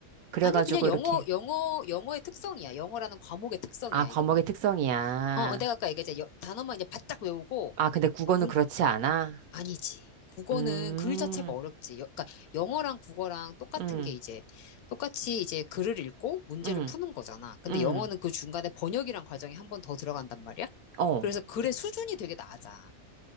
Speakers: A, on the right; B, on the left.
A: 그래가지고
B: 아니, 그냥 영어,
A: 이렇게.
B: 영어, 영어의 특성이야. 영어라는 과목의 특성이야,
A: 아, 과목의
B: 이거는.
A: 특성이야.
B: 어, 어, 내가 아까 얘기했잖아. 여- 단어만 이제 바짝 외우고,
A: 아, 근데 국어는
B: 어, 문,
A: 그렇지 않아?
B: 아니지. 국어는
A: 음,
B: 글 자체가 어렵지. 여- 그러니까 영어랑 국어랑 똑같은
A: 음,
B: 게 이제, 똑같이 이제 글을 읽고 문제를
A: 음,
B: 푸는 거잖아. 근데
A: 음,
B: 영어는 그 중간에 번역이란 과정이 한 번 더 들어간단 말이야.
A: 어.
B: 그래서 글의 수준이 되게 낮아.